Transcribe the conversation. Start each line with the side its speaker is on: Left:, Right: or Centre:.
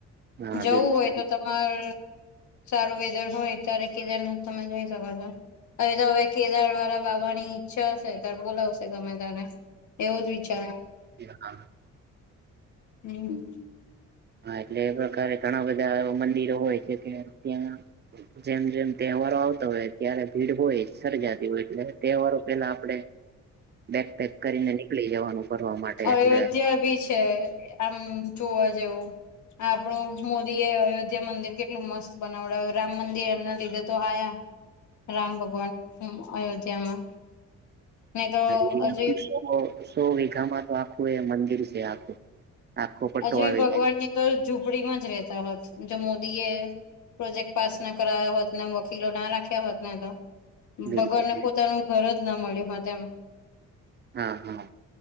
Right: હા
Left: જવું
Right: બિલકુલ
Left: હોય તો તમાર સારું વેધર હોય ત્યારે કેદ તમે જો હવે તો હવે કેદાર વાળા બાબાની ઈચ્છા હશે ત્યારે બોલાવશે તમે તારે એવો જ વિચાર
Right: હા
Left: હમ
Right: હા એટલે એ પ્રકારે ઘણા બધા મંદિરો હોય છે કે ત્યાં જેમ જેમ તહેવારો આવતા હોય ત્યારે ભીડ હોય સર્જાતી હોય એટલે તહેવારો પેલા આપડે બેક પેક કરીને નીકળી જવાનું ફરવા માટે
Left: અયોધ્યા
Right: એટલે
Left: બી છે આમ જોવા જેવું આપણું મો અયોધ્યા મંદિર કેટલું મસ્ત બનાવડ રામ મંદિર એમના લીધે તો આ્યા રામ ભગવાન અયોધ્યામાં નહી તો
Right: હરેો
Left: હજુ
Right: સો વઘામાં તો આખું એ મંદિર છે આખું આખો પટ્ટો
Left: હજુ
Right: આવી
Left: ભગવાન
Right: જાય
Left: ની તો ઝૂંપડીમાં જ રતા હોત જો મોદી એ પ્રોજેક્ટ પાસ ના કરાયા હોત ને વકીલો ના રાખ્યા હોતને તો
Right: બિલકુલ
Left: ભગવાનને પોતાનું ઘર જ ના મળ્યું હોય તેમ
Right: હા હા